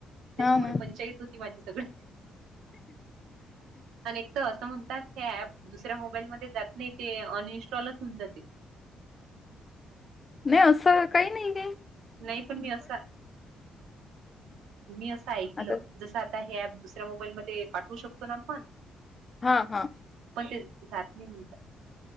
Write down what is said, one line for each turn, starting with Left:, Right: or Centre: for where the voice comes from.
Right: त्याच्यामुळे
Left: ना
Right: पंचायत होती माझी सगळी, आणि त असं म्हणतात हे ऍप दुसऱ्या मोबाईलमध्ये जात नाही ते, अनइन्स्टॉलच होऊन जाते.
Left: नाय असं काई नाई ये.
Right: नाही पण मी असा, मी असं ऐकलं
Left: आता
Right: जस आ आता हे ऍप दुसऱ्या मोबाईलमध्ये पाठवू शकतो ना आपण
Left: हा हा
Right: पण ते जात नाही म्हणतात.